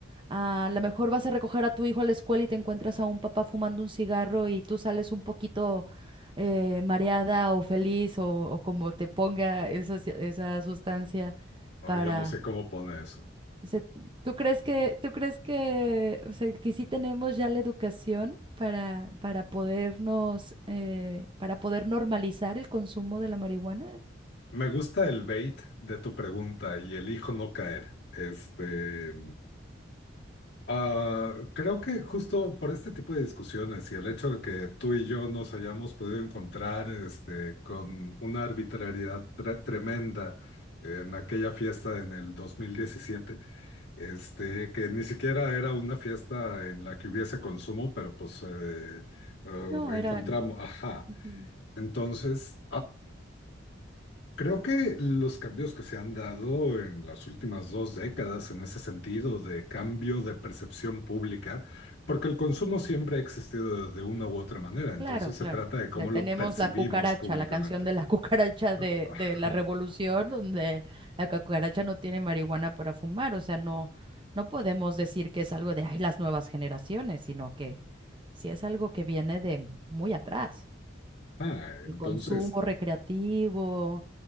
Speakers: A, on the right (about 25°); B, on the left (about 60°).
A: a a lo mejor vas a recoger a tu hijo a la escuela y te encuentras a un papá fumando un cigarro y tú sales un poquito eh, mareada o feliz o, o como te ponga esa, ci- esa sustancia
B: No,
A: para...
B: yo no sé cómo pone eso.
A: o sea, ¿tú crees que, tú crees que, o sea, que sí tenemos ya la educación para, para podernos, eh, para poder normalizar el consumo de la marihuana?
B: Me gusta el bait de tu pregunta y elijo no caer. Este, Ah, creo que justo por este tipo de discusiones y el hecho de que tú y yo nos hayamos podido encontrar este, con una arbitrariedad tre- tremenda en aquella fiesta en el 2017, este, que ni siquiera era una fiesta en la que hubiese consumo, pero pues eh, eh,
A: No, eran...
B: encontramos, ajá.
A: ujú.
B: Entonces, Creo que los cambios que se han dado en las últimas dos décadas en ese sentido de cambio de percepción pública, porque el consumo siempre ha existido de una u otra manera, entonces
A: Claro, claro.
B: se trata de
A: O
B: cómo
A: sea, tenemos
B: lo percibimos
A: la cucaracha,
B: públicamente.
A: la canción de la <laughs> cucaracha
B: Ajá.
A: de, de la
B: Ah,
A: revolución, donde la cucaracha no tiene marihuana para fumar. O sea, no, no podemos decir que es algo de, ay, las nuevas generaciones, sino que sí es algo que viene de muy atrás.
B: ah,
A: El
B: entonces,
A: consumo recreativo.